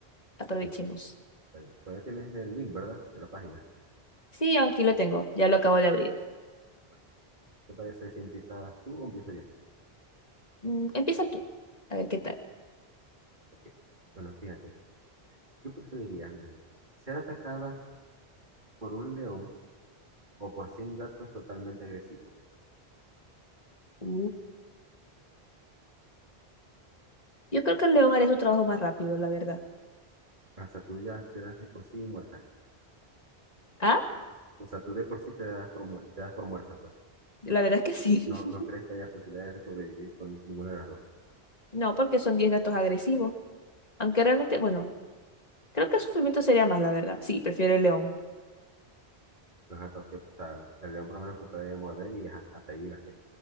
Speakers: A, on the left; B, on the right.
A: Aprovechemos.
B: Está bien, está bien. Todavía tienes el link, ¿verdad? De la página.
A: Sí, aquí lo tengo, ya lo acabo de abrir.
B: Ah, bueno. ¿Te parece si empiezas tú o empiezo yo?
A: Mm, empieza tú, a ver qué tal.
B: Ok. Bueno, fíjate, ¿qué preferirías, Melanie? ¿Ser atacada por un león o por 100 gatos totalmente agresivos?
A: Uh, Yo creo que el león haría su trabajo más rápido, la verdad.
B: Hasta tú ya te das de por sí muerta.
A: Ah,
B: O sea, tú de por sí te das por, mu- te das por muerta, pues.
A: la verdad es que sí.
B: No, no
A: <laughs>
B: crees que haya posibilidades de sobrevivir con ninguna de las dos.
A: No, porque son 10 gatos agresivos. Aunque realmente, bueno, creo que el sufrimiento sería más, la verdad. Sí, prefiero el león.
B: Los gatos que, o sea, el león por lo menos te puede morder y ajá, hasta ahí llegaste.